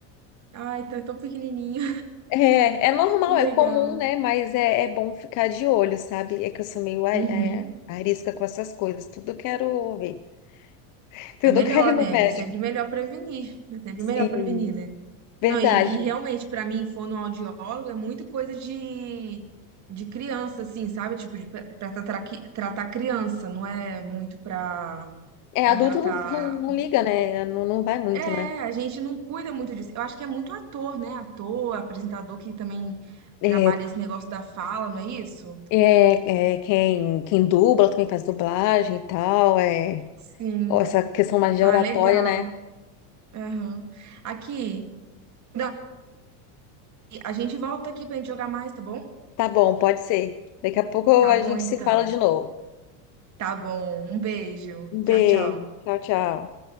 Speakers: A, on the right; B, on the left.
A: Ai, tá tão pequenininho.
B: É, é normal,
A: <laughs> Que legal.
B: é comum, né? Mas é, é bom ficar de olho, sabe? É que eu sou meio a-
A: Uhum.
B: é, arisca com essas coisas. Tudo eu quero ver. <laughs> Tudo
A: É melhor,
B: eu quero ir no
A: né?
B: médico.
A: É sempre melhor prevenir. É sempre
B: Sim,
A: melhor prevenir, né?
B: verdade.
A: Não, e, e realmente, para mim, fonoaudiólogo é muito coisa de, de criança, assim, sabe? Tipo, de, pra, pra tratar, qui- tratar criança, não é muito pra,
B: É,
A: pra
B: adulto
A: tratar.
B: não, não, não liga, né? Não, não vai muito,
A: É,
B: né?
A: a gente não cuida muito disso. Eu acho que é muito ator, né? Ator, apresentador que também
B: É,
A: trabalha esse negócio da fala, não é isso?
B: é, é, quem, quem dubla também faz dublagem e tal. É,
A: Sim.
B: ó, essa questão mais de
A: Ah,
B: oratória,
A: legal.
B: né?
A: Aham. Aqui, Dani, a gente volta aqui pra gente jogar mais, tá bom?
B: Tá bom, pode ser. Daqui a pouco
A: Tá
B: a
A: bom,
B: gente
A: então.
B: se fala de novo.
A: Tá bom. Um beijo.
B: Um
A: Tchau,
B: beijo.
A: tchau.
B: Tchau, tchau.